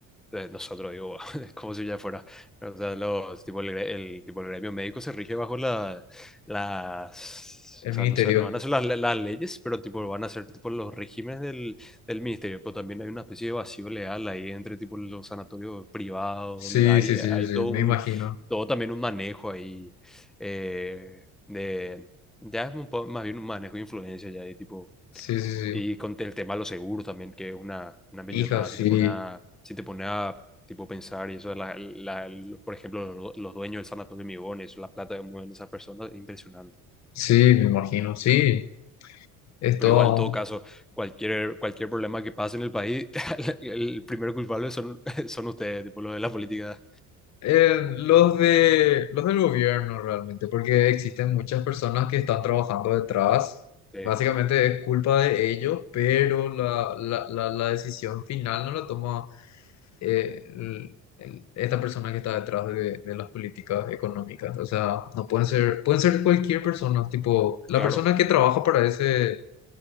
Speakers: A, in the centre; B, on the left.
A: eh, nosotros digo, <laughs> es como si ya fuera, o sea, los, tipo, el, gre- el- tipo, el gremio médico se rige bajo la, las,
B: El
A: o
B: Ministerio.
A: sea, no sé, no van a ser las, las leyes, pero tipo van a ser tipo los regímenes del, del ministerio, pero también hay una especie de vacío legal ahí entre tipo los sanatorios privados,
B: Sí,
A: donde hay,
B: sí, sí,
A: hay
B: sí,
A: todo
B: me
A: un,
B: imagino.
A: todo también un manejo ahí, eh, de, ya es un po- más bien un manejo de influencia ya, y tipo
B: Sí, sí, sí.
A: y con el tema de los seguros también, que es una, una millonada,
B: Hija, sí.
A: si te pone a, si te pone a tipo pensar y eso, de la, la- el- por ejemplo, lo- los dueños del sanatorio Migón, eso, la plata que mueven esas personas, es impresionante.
B: Sí, me imagino, sí. Es
A: Pero
B: todo
A: igual, en todo caso, cualquier, cualquier problema que pase en el país, <laughs> el primer culpable son, <laughs> son ustedes, tipo, lo de la política.
B: Eh, los de, los del gobierno realmente, porque existen muchas personas que están trabajando detrás.
A: Sí,
B: Básicamente es culpa de ellos, pero la, la, la, la decisión final no la toma eh, el- el- esta persona que está detrás de, de las políticas económicas. O sea, no pueden ser, pueden ser cualquier persona, tipo la
A: claro,
B: persona que trabaja para ese,